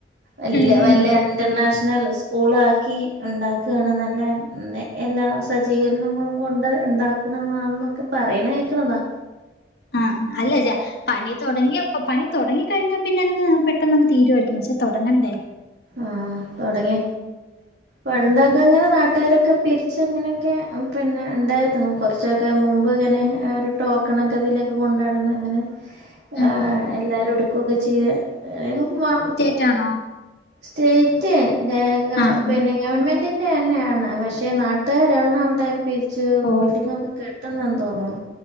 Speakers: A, on the right (about 65°); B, on the left (about 60°).
A: അല്ല
B: ഉം
A: വല്ലൻ
B: ഉം
A: ഇന്റർനാഷണൽ സ്കൂളാക്കി ഇണ്ടാക്ക്‌ണ്നല്ലേ എല്ലാ സ് സജ്ജീകരണങ്ങളും കൊണ്ട് ണ്ടാക്ക്‌ണതാ എന്നാന്നൊക്കെ പറയ്ണ കേക്ക്‌ണതാ
B: ആ അല്ലജ പണി തുടങ്ങിയപ്പൊ പണി തൊടങ്ങി കഴ്ഞ്ഞാൽ പിന്നെ അങ്ങ് പെട്ടെന്ന്ങ്ങ് തീരുവാരിക്കും പഷേ തൊടങ്ങണ്ടേ.
A: ആഹ് തൊടങ്ങി. പണ്ടൊക്കെ ങ്ങനെ നാട്ടുകാരൊക്കെ പിരിച്ച് ങ്ങനെയൊക്കെ പിന്നെ ണ്ടാര്ന്നു കൊറ ച്ചൊക്കെ മുമ്പ് ങ്ങനെ ഒര് ടോക്കണൊക്കെ അതിലൊക്കെ കൊണ്ട്നടന്ന് ങ്ങനെ
B: ഉം
A: ആഹ്
B: ഉം ഉം
A: എല്ലാരും എട്ക്കക്കൊ ചെയ്ത വേഗം വാ.
B: റ്റാണോ?
A: സ്റ്റേയ്റ്റ് ഗ ഗ
B: ആഹ്
A: പിന്നെ
B: ആഹ്
A: ഗവൺമെന്റെ ന്നെ അല്ല <unintelligible> പഷേ നാട്ടുകാരാണ് അവ്ടെ പിരിച്ച്
B: ഓ
A: ബിൽഡിങ്ങ്ക്കെ കെട്ട്ന്നെ എന്ത് തോന്നും.